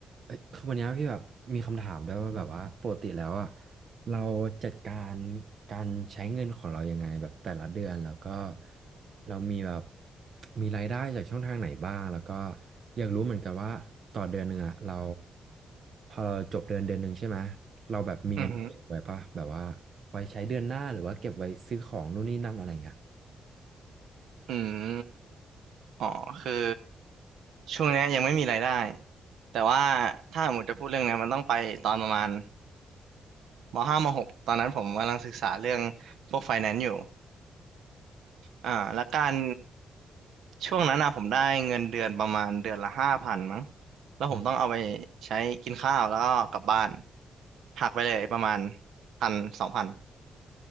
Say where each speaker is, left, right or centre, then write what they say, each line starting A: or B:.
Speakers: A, on the right; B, on the right.
A: เอ้ยคือวันเนี้ยพี่แบบมีคำถามด้วยว่าแบบว่าปกติแล้วอะเราจัดการการใช้เงินของเรายังไงแบบแต่ละเดือนแล้วก็เรามีแบบมีรายได้จากช่องทางไหนบ้างแล้วก็อยากรู้เหมือนกันว่าต่อเดือนหนึ่งอะเราพอเราจบเดือนเดือนหนึ่งใช่ไหมเราแบบมีเงินเก็บไว้ปะแบบว่าไว้ใช้เดือนหน้าหรือว่าเก็บไว้ซื้อของนู่นนี่นั่นอะไรเงี้ย
B: อือหืออืม อ๋อ คือช่วงเนี้ยยังไม่มีรายได้ แต่ว่าถ้าหมดจะพูดเรื่องเนี้ยมันต้องไปตอนประมาณมห้ามหกตอนนั้นผมกำลังศึกษาเรื่องพวกไฟแนนซ์อยู่อ่าแล้วการช่วงนั้นนะผมได้เงินเดือนประมาณเดือนละห้าพันมั้งแล้วผมต้องเอาไป
A: อืม
B: ใช้กินข้าวแล้วก็กลับบ้านหักไปเลยประมาณพันสองพัน